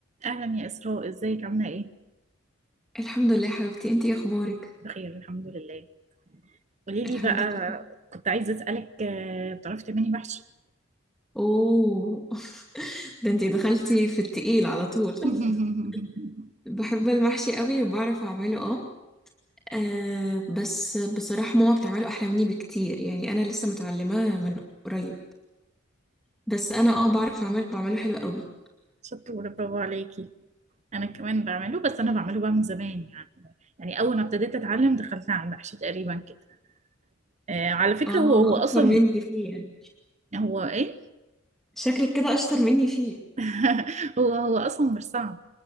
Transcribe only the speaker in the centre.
الحمد لله يا حبيبتي انتي ايه اخبارك
الحمد
لله
اوه <laughs> ده انتي دخلتي في التقيل على طول <laughs>
بحب المحشي قوي وبعرف اعمله اه آه، بس بصراحة ماما بتعمله احلى مني بكتير يعني انا لسه متعلمة من قريب بس انا اه بعرف اعمله بعمله حلو قوي
اه
اكتر مني فيه يعني
شكلك كده اشطر مني فيه